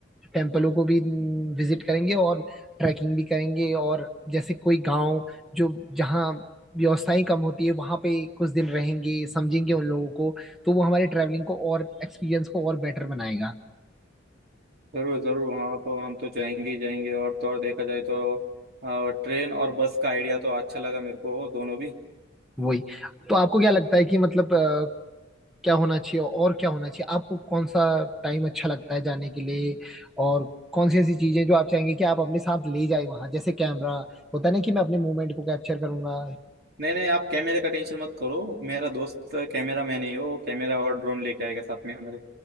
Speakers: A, in the centre; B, on the right (about 55°).
A: टेम्पलों को भी विजिट करेंगे और ट्रैकिंग भी करेंगे और जैसे कोई गांव जो जहाँ व्यवस्थाएं कम होती है वहां पे कुछ दिन रहेंगे समझेंगे उन लोगों को तो वो हमारे ट्रैवलिंग को और एक्सपीरियंस को और बेटर बनाएगा
B: जरूर जरूर हाँ तो हम तो जाएंगे ही जाएंगे और तो और देखा जाए तो अ, ट्रेन और बस का आइडिया तो अच्छा लगा मेरे को दोनों भी
A: वही तो आपको क्या लगता है कि मतलब अ, क्या होना चाहिए और क्या होना चाहिए आपको कौन सा टाइम अच्छा लगता है जाने के लिए और कौन सी ऐसी चीजें जो आप चाहेंगे कि आप अपने साथ ले जाए वहां जैसे कैमरा होता है ना कि मैं अपने मूवमेंट को कैप्चर करूंगा
B: नहीं नहीं आप कैमरे का टेंशन मत करो मेरा दोस्त कैमरा मैन ही हो कैमरा और ड्रोन लेके आएगा साथ में हमारे